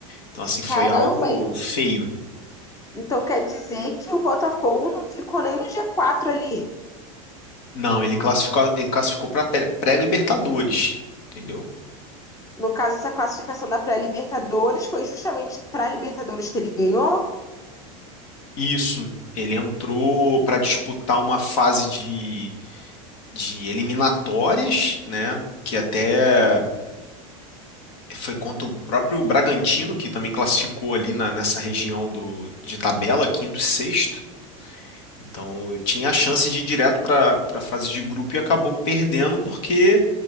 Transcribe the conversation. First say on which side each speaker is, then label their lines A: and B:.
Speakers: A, on the left (about 65°); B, on the left (about 20°).
A: Então assim foi
B: Caramba,
A: algo feio.
B: então quer dizer que o Botafogo não ficou nem no G4 ali.
A: Não, ele classificou, ele classificou para pré-Libertadores, entendeu?
B: No caso essa classificação da pré-Libertadores foi justamente para a Libertadores que ele ganhou?
A: Isso. Ele entrou para disputar uma fase de, de eliminatórias, né? Que até foi contra o próprio Bragantino, que também classificou ali na, nessa região do, de tabela, quinto e sexto. Então eu tinha a chance de ir direto para a fase de grupo e acabou perdendo porque